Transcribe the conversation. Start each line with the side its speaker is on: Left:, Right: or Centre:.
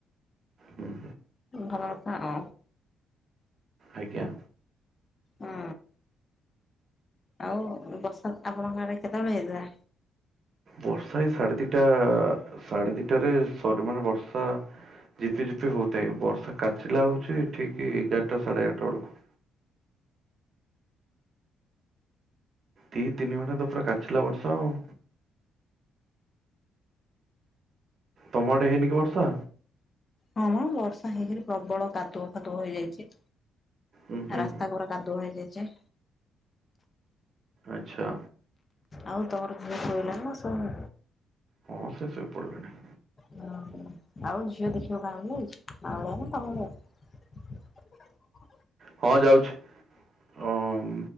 Right: ହୁଁ।
Left: ଭଲଥାଉ।
Right: ଆଜ୍ଞା।
Left: ହଁ ଆଉ ବସ ଆପଣଙ୍କ ଆଡେ କେତେବେଳେ ହେଇଥିଲା?
Right: ବର୍ଷା ଏଇ ସାଢେ ଦିଟା ସାଢେ ଦିଟାରେ ସର୍ ମାନେ ବର୍ଷା ଝିପିଝିପି ହଉଥାଏ ବର୍ଷା କାଚିଲା ହଉଛି ଠିକ ଏଗାରଟା ସାଢେ ଏଗାରଟା ବେଳକୁ। ଦି ତିନି ଘଣ୍ଟା ତ ପୁରା କାଚିଲା ବର୍ଷା ଆଉ। ତମ ଆଡେ ହେଇନି କି ବର୍ଷା?
Left: ହଁମ ବର୍ଷା ହେଇକିରି ପ୍ରବଳ କାଦୁଅ ଫାଦୁଅ ହେଇଯାଇଛି।
Right: ଉଁ ହୁଁ
Left: ରାସ୍ତା ଘୋର କାଦୁଅ ହେଇଯାଇଚି।
Right: ଆଛା।
Left: ଆଉ ତମର ଝିଅ ଶୋଇଲାଣି ନା ଶୁନ।
Right: ହଁ ସେ ଶୋଇପଡିଲାଣି।
Left: ହୁଁ ଆଉ ଝିଅ ଦେଖିବା କାଁ ଭଳି ଯଇଛି ମାଉଳିଆ ନା ତମ ଭଳିଆ। <inaudible>
Right: ହଁ ଯାଉଛି ଅମ୍